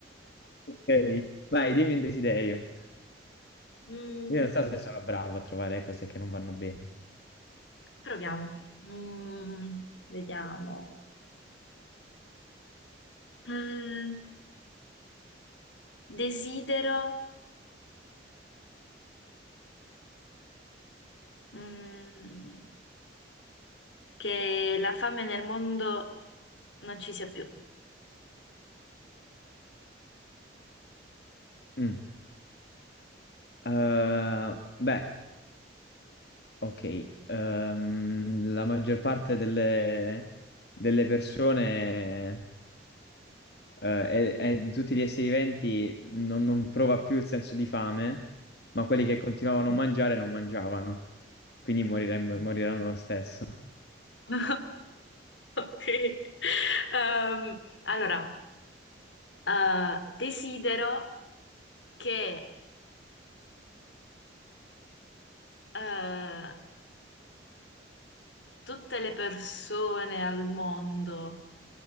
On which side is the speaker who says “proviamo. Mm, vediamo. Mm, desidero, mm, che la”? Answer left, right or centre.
Left